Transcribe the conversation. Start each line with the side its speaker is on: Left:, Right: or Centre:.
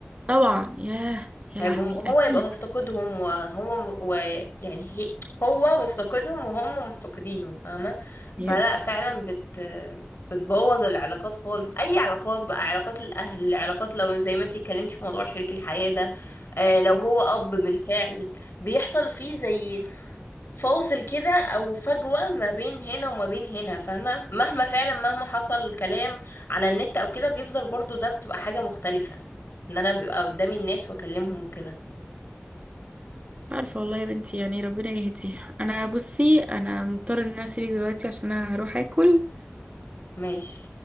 Right: طبعا ياه يا
Left: هيبقوا
Right: لهوي أكيد
Left: هو يبقى مفتقدهم وهو ويعني هي هو مفتقدهم وهم مفتقدينه فاهمة
Right: أيوه
Left: فلا
Right: مش
Left: فعلا بت بتبوظ العلاقات خالص اي علاقات بقى علاقات الاهل علاقات لو زي ما انتي اتكلمتي في موضوع شريك الحياة ده آه لو هو اب بالفعل بيحصل فيه زي فاصل كده او فجوة ما بين هنا وما بين هنا فاهمة مهما فعلا مهما حصل كلام على النت او كده بيفضل برضو ده بتبقى حاجة مختلفة ان انا بيبقى قدامي الناس واكلمهم وكده
Right: عارفة والله يا بنتي يعني ربنا يهدي أنا بصي أنا مضطرة إن أنا أسيبك دلوقتي عشان أنا هروح أكل
Left: ماشي